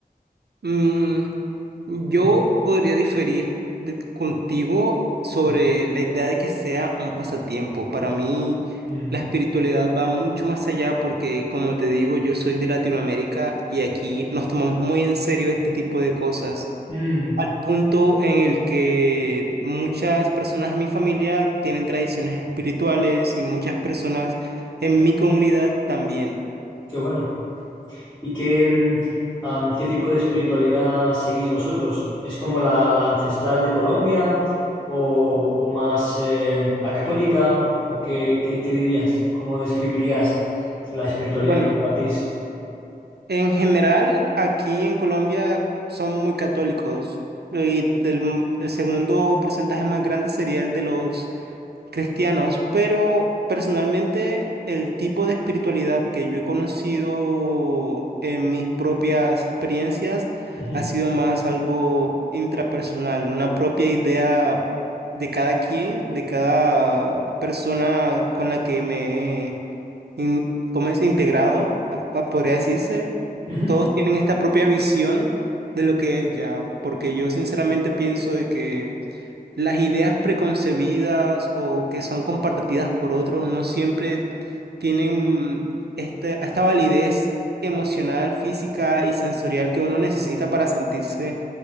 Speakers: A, on the right (about 85°); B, on the left (about 15°).
A: Mm, yo
B: Mm,
A: podría diferir de- contigo sobre
B: mm,
A: la idea de que sea un pasatiempo. Para mí,
B: mm,
A: la espiritualidad va mucho más allá porque, como te digo, yo soy de Latinoamérica y aquí nos tomamos muy en serio este tipo de cosas.
B: mm,
A: Al punto en el que muchas personas en mi familia tienen tradiciones espirituales y muchas personas en mi comunidad también.
B: qué bueno. ¿Y qué, mm, am, qué tipo de espiritualidad seguís vosotros? ¿Es como la, la ancestral de Colombia o, o más eh, la católica? ¿O qué, qué- qué dirías? ¿Cómo describirías la espiritualidad
A: Bueno,
B: que compartís?
A: En general, aquí en Colombia son muy católicos y el, el segundo porcentaje más grande sería el de los cristianos, pero personalmente el tipo de espiritualidad que yo he conocido en mis propias experiencias
B: Ujú,
A: ha sido más algo intrapersonal, una propia idea de cada quien, de cada persona con la que me he in- ¿cómo es? integrado, a- pa- podría decirse.
B: ujú,
A: Todos tienen esta propia visión de lo que es ya, porque yo sinceramente pienso de que las ideas preconcebidas o que son compartidas por otros no siempre tienen esta, esta validez emocional, física y sensorial que uno necesita para sentirse